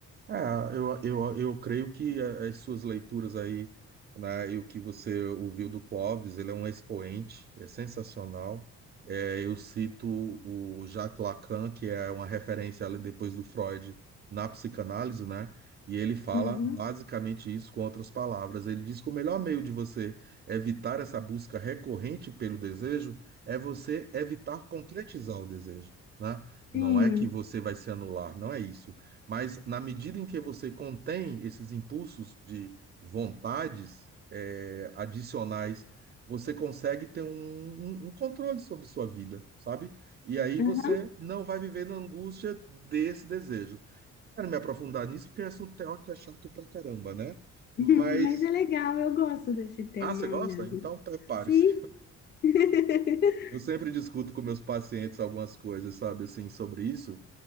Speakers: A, on the right (about 35°); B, on the left (about 35°).
A: Ah, eu, eu, eu creio que a- as suas leituras aí, né, e o que você ouviu do Clóvis, ele é um expoente, é sensacional. É, eu cito o Jacques Lacan, que é uma referência ali depois do Freud na psicanálise, né? E ele fala
B: Uhum.
A: basicamente isso com outras palavras. Ele diz que o melhor meio de você evitar essa busca recorrente pelo desejo é você evitar concretizar o desejo, né? Não
B: Sim,
A: é que você vai se anular, não é isso mas na medida em que você contém esses impulsos de vontades eh, adicionais, você consegue ter um, um- um controle sobre sua vida, sabe? E aí
B: Aham.
A: você não vai viver na angústia desse desejo. Quero me aprofundar nisso porque assunto teórico é chato pra caramba, né?
B: <laughs>
A: Mas,
B: Mas é legal, eu gosto desse tema
A: ah, você gosta?
B: mesmo.
A: Então prepare-se.
B: Sim, <laughs>
A: Eu sempre discuto com meus pacientes algumas coisas, sabe, assim, sobre isso,